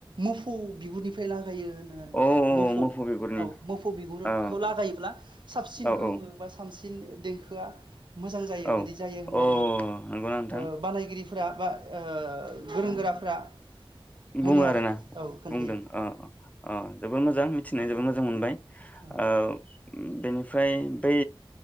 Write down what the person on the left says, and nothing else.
औ
औ
बिगुरनि
औ
औ
औ
औ
अ नंगौना नोंथां
बुङो आरोना
बुंदों अ अ औ जोबोद मोजां मोजां मिथिना जोबोद मोजां मोनबाय
ओ बेनिफ्राय बै